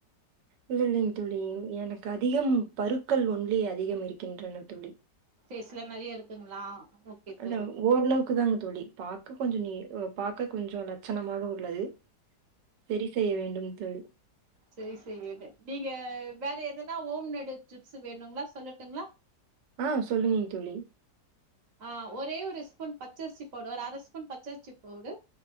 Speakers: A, on the right; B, on the right.
A: இல் இல்லைங்க தோழி எனக்கு அதிகம் பருக்கள் ஒன்லி அதிகம் இருக்கின்றன தோழி
B: ஃபேஸில நெறைய இருக்குங்களா ஓகே
A: அண்ட
B: தோழி
A: ஓரளவுக் க்கு தாங்க தோழி பாக்க கொஞ்சோ நீட் பாக்க கொஞ்சோ லட்சணமாக உள்ளது செரி செய்ய வேண்டும் தோழி
B: செரி செரிடு நீங்க வேற எதனா ஹோம் மேட் டிப்ஸ் வேணுங்களா சொல்லட்டுங்களா
A: ஆஹ் சொல்லுங்க தோழி
B: ஆஹ் ஒரே ஒரு ஸ்பூன் பச்சரிசி போடவா ஒரு அரை ஸ்பூன் பச்சரிசி போடு